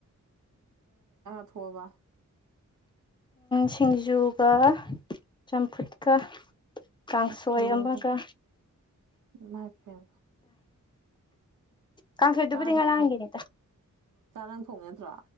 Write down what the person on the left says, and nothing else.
ꯁꯤꯡꯖꯨꯒ ꯆꯝꯐꯨꯠꯀ ꯀꯥꯡꯁꯣꯏ
ꯑꯃꯒ
ꯀꯥꯡꯁꯣꯏꯗꯨꯕꯨꯗꯤ
ꯉꯔꯥꯡꯒꯤꯅꯤꯗ